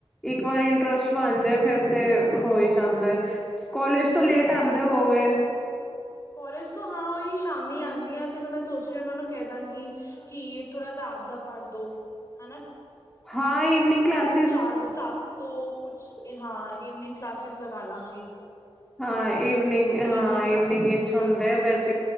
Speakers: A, in the centre; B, on the left.
A: ਇੱਕ ਵਾਰ ਇੰਟਰਸਟ ਬਣ ਜਾਏ ਫੇਰ ਤੇ ਹੋ ਹੀ ਜਾਂਦਾ ਏ ਕੋਲੇਜ ਤੋਂ ਲੇਟ ਆਂਦੇ ਹੋ ਗਏ
B: ਕੋਲੇਜ ਤੋਂ ਹਾਂ ਉਹੀ ਸ਼ਾਮੀ ਆਂਦੀ ਆ ਤੇ ਫਿਰ ਮੈਂ ਸੋਚ ਰਹੀ ਹਾਂ ਉਹਨਾਂ ਨੂੰ ਕਹਿ ਦਾਂਗੀ ਕੀ ਥੋੜਾ ਰਾਤ ਦਾ ਕਰ ਦੋ ਹਨਾ
A: ਹਾਂ ਈਵਨਿੰਗ ਕਲਾਸ
B: ਚਾਰ ਵਜੇ ਸੱਤ ਤੋਂ ਕੁਛ ਹਾਂ ਇਵਨਿੰਗ ਕਲਾਸਿਸ ਲਗਾ ਲਾਂਗੀ
A: ਹਾਂ ਈਵਨਿੰਗ
B: ਹਮ
A: ਹਾਂ ਈਵਨਿੰਗ
B: ਕਲਾਸਿਸ ਦਾ
A: ਵਿੱਚ
B: ਸੋਚ
A: ਹੁੰਦੇ
B: ਰਹੀ ਹਾਂ
A: ਆ ਬੈਚ